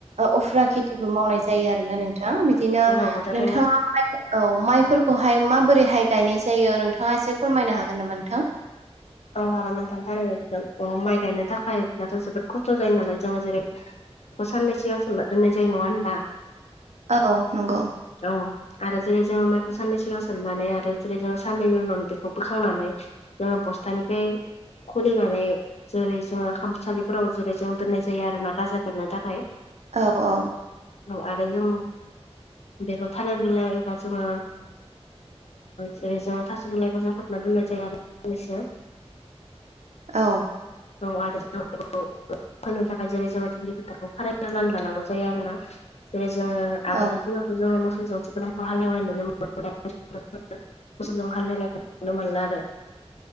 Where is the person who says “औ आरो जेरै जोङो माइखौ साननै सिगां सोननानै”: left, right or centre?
Left